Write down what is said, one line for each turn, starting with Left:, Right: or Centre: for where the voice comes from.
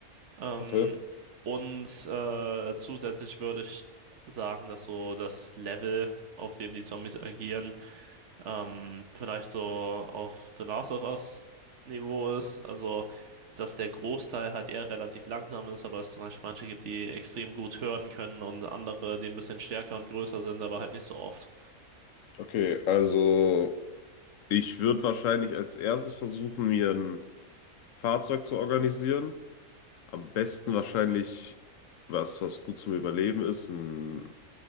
Right: Ähm,
Left: okay.
Right: und äh, zusätzlich würde ich sagen, dass so das Level, auf dem die Zombies agieren, ähm, vielleicht so auf The Last of Us Niveau ist. Also, dass der Großteil halt eher relativ langsam ist, aber es zum Beispiel manche gibt, die extrem gut hören können und andere, die ein bisschen stärker und größer sind, aber halt nicht so oft.
Left: Okay, also ich würde wahrscheinlich als erstes versuchen, mir ein Fahrzeug zu organisieren. Am besten wahrscheinlich was, was gut zum Überleben ist, ein